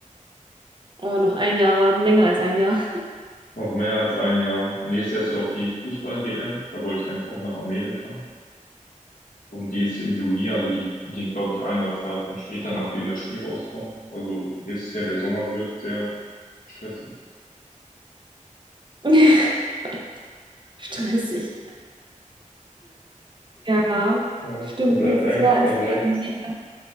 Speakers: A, on the right (about 35°); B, on the left (about 80°).
A: Oh, noch ein Jahr warten, länger als ein Jahr.
B: Auch mehr als ein Jahr. Nächstes Jahr ist ja auch die Fußball-WM. Da wollte ich eigentlich auch nach Amerika. Und die ist im Juni, also die beginnt, glaube ich, ein oder zwei Wochen später, nachdem das Spiel rauskommt. Also ihr wisst ja, der Sommer wird sehr stressig.
A: <laughs> Stressig. Ja,
B: Ja,
A: stimmt.
B: da bleibt
A: Nächstes
B: eigentlich,
A: Jahr
B: da
A: ist
B: bleibt,
A: ja die WM.